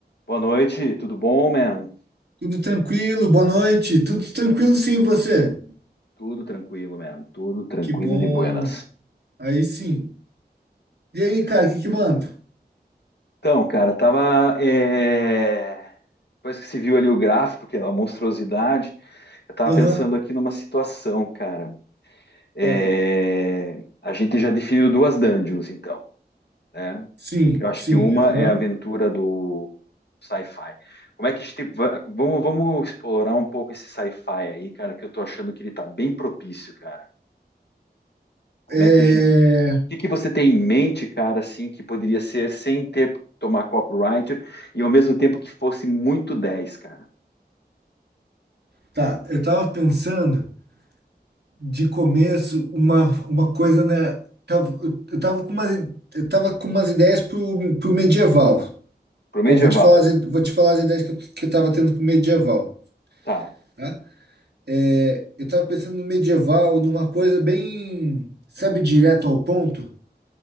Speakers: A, on the left (about 80°); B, on the right (about 80°).
A: Boa noite, tudo bom, man?
B: Tudo tranquilo, boa noite. Tudo tranquilo, sim, e você?
A: Tudo tranquilo, man. Tudo tranquilo
B: Que bom.
A: e de buenas.
B: Aí sim. E aí, cara, o que que manda?
A: Então, cara, tava. é, Depois que se viu ali o gráfico, que é uma monstruosidade, eu tava
B: Aham,
A: pensando aqui numa situação, cara. É,
B: ah,
A: A gente já definiu duas dungeons, então, né?
B: Sim,
A: Eu acho
B: sim,
A: que uma
B: aham.
A: é a aventura do sci-fi. Como é que a gente. va- Vamos, vamos explorar um pouco esse sci-fi aí, cara, que eu tô achando que ele tá bem propício, cara. Como
B: É...
A: é que a que que você tem em mente, cara, assim, que poderia ser sem ter tomar copyright e ao mesmo tempo que fosse muito dez, cara?
B: Tá, eu tava pensando de começo uma, uma coisa, né? Tava- eu eu tava com umas, eu tava com umas ideias pro, pro medieval.
A: Pro medieval.
B: Pô, vou te falar, as- vou te falar as ideias que eu, que eu tava tendo pro medieval,
A: Tá.
B: tá? É, eu tava pensando no medieval, numa coisa bem, sabe, direto ao ponto.